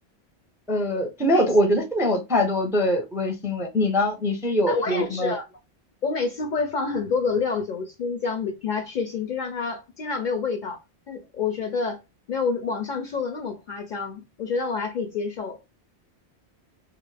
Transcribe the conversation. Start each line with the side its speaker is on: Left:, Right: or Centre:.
Centre: 呃，就没有，
Left: 型。
Centre: 我觉得是没有太多对味腥味。你呢？你是有有什么
Left: 哎我也是，我每次会放很多的料酒、葱姜，给它去腥，就让它尽量没有味道。但是我觉得没有网上说的那么夸张，我觉得我还可以接受。